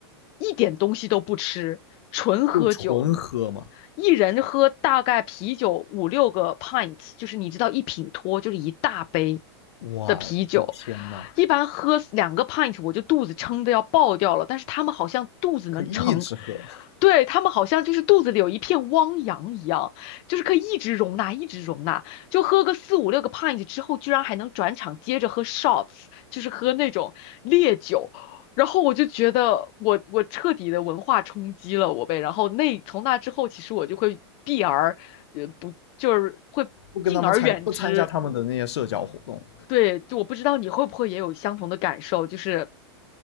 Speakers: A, on the left; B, on the left.
A: 一点东西都不吃，纯喝酒，
B: 就纯喝嘛。
A: 一人喝大概啤酒五六个 pint，就是你知道一品脱就是一大杯
B: 我的天呐，
A: 的啤酒，一般喝两个 pint 我就肚子撑得要爆掉了，但是他们好像肚子能撑。
B: 可以一直喝，
A: 对，他们好像就是肚子里有一片汪洋一样，就是可以一直容纳，一直容纳。就喝个四五六个 pint 之后，居然还能转场接着喝 shots，就是喝那种烈酒。然后我就觉得我我彻底的文化冲击了我呗。然后那从那之后，其实我就会避而呃不就是会敬而远之。
B: 不跟他们参不参加他们的那些社交活动。
A: 对，就我不知道你会不会也有相同的感受，就是